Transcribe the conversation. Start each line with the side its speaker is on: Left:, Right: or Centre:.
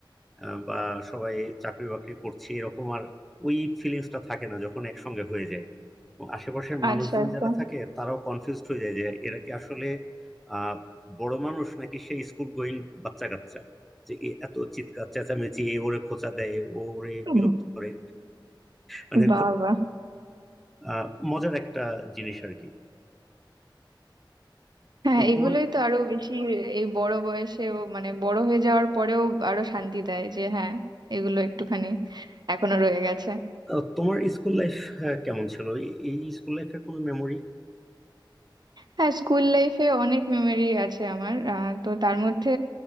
Centre: আহ, বা সবাই চাকরি বাকরি করছি এরকম আর ওই ফিলিংসটা থাকে না যখন একসঙ্গে হয়ে যায় এবং আশেপাশের মানুষজন
Right: আচ্ছা আচ্ছা
Centre: যারা থাকে তারাও কনফিউজড হয়ে যায় যে এরা কি আসলে আহ বড় মানুষ নাকি সে স্কুল গোয়িং বাচ্চা কাচ্চা যে এ এত চিৎকার চেঁচামেচি এ ওরে খোঁচা দেয় ও ওরে
Right: হুম।
Centre: বিরক্ত করে মানে
Right: বাবা
Centre: আহ মজার একটা জিনিস আর কি
Right: হ্যাঁ
Centre: তো
Right: এগুলোই
Centre: তোমার
Right: তো আরো বেশি এই বড় বয়সেও মানে বড় হয়ে যাওয়ার পরেও আরো শান্তি দেয় যে হ্যাঁ এগুলো একটুখানি এখনো রয়ে গেছে
Centre: আহ, তোমার স্কুল লাইফ কেমন ছিল এই এই স্কুল লাইফের কোনো মেমোরি
Right: হ্যাঁ স্কুল লাইফে অনেক মেমোরি আছে আমার আহ, তো তার মধ্যে